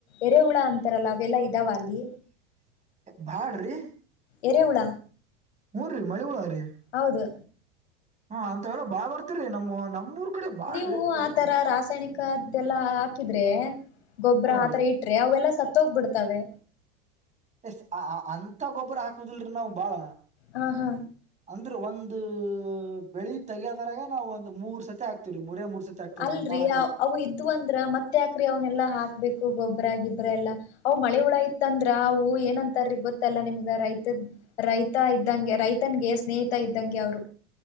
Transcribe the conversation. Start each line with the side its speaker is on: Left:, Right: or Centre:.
Left: ಎರೆ ಹುಳ ಅಂತಾರಲ್ಲ ಅವೆಲ್ಲಾ ಇದ್ದಾವ ಅಲ್ಲಿ
Right: ಬ್ಯಾಡ್ರಿ
Left: ಎರೆಹುಳ
Right: ಹೂ ರಿ ಮಳಿಹುಳಾರಿ
Left: ಹೌದು
Right: ಹ ಅಂತ ಎಲ್ಲ ಬಾಳ್ ಬರ್ತರಿೀ ನಮ್ಮ ನಮ್ಮೂರ್ ಕಡೆ ಬಾಳ್ರಿ
Left: ನೀವು
Right: ಅಂತವು
Left: ಆತರ ರಾಸಾಯನಿಕ್ದದೆಲ್ಲಾ ಹಾಕಿದ್ರೆ ಗೊಬ್ಬ್ರ
Right: ಹೂನ್ರಿ
Left: ಆತರ ಇಟ್ಟ ಅವೆಲ್ಲಾ ಸತ್ತ ಹೋಗ್ಬ ಬಿಡ್ತಾವೆ
Right: ಎಸ್ ಅಂತ ಗೊಬ್ಬರ ಹಾಕುದಿಲ್ರಿ ನಾವು ಬಾಳ
Left: ಹಾ ಹಾ
Right: ಅಂದ್ರೆ ಒಂದು ಬೆಳಿ ತಗಯದರಾಗ ನಾವು ಒಂದು್ ಮೂರ್ ಸತಿ ಆಕ್ತವವಿ ಮೂರೇ ಮೂರ್ ಸತಿ ಹಾಕ್ತಿವ್ರಿ
Left: ಅಲ್ರರಿ
Right: ನಾವ್ ಬಾಳ ಹಾಕಲ್ರಿ
Left: ಅವು ಇದ್ವು ಅಂದ್ರ ಮತ್ತತ್ ಯಕ್ರಿ ಅವನೆಲ್ಲಾ ಹಾಕ್ಬೇಕು ಗೊಬ್ಬ್ರ ಗಿಬ್ರ ಎಲ್ಲಾ ಅವು್ ಮಳೆ ಹುಳ ಇಐತ್ತ ಅಂದ್ರ ಅವು ಏನಂತ ಗೊತ್ತಲ್ಲ ನಿಮಗ ರೈತ ರೈತ ಇದ್ದಂ ರೈತನ್ಗೆ ಸ್ನೇಹಿತ ಇದ್ದಂಗೆ ಅವ್ರು